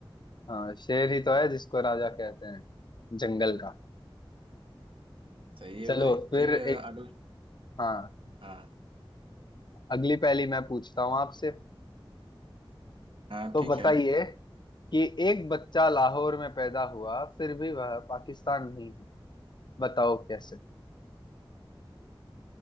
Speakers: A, on the left; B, on the right.
A: हाँ शेर ही तो है जिसको राजा कहते हैं जंगल का
B: सही है
A: चलो
B: भाई
A: फिर
B: फिर
A: एक
B: अगला
A: हाँ
B: हाँ
A: अगली पहेली मैं पूछता हूँ आपसे
B: हाँ
A: तो
B: ठीक
A: बताइए
B: है
A: कि एक बच्चा लाहौर में पैदा हुआ फिर भी वह पाकिस्तान नहीं है बताओ कैसे